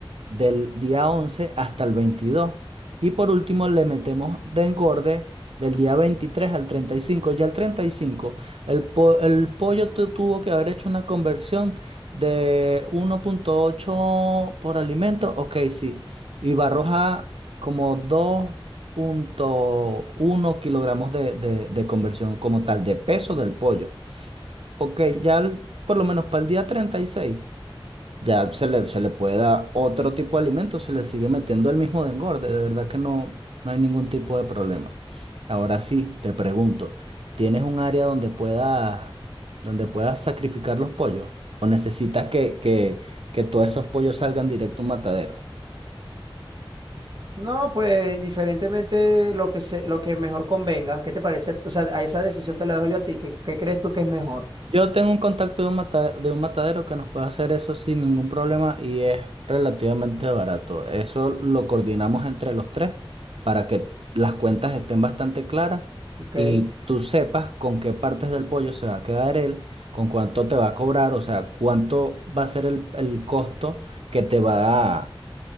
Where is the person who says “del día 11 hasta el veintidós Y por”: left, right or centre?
Right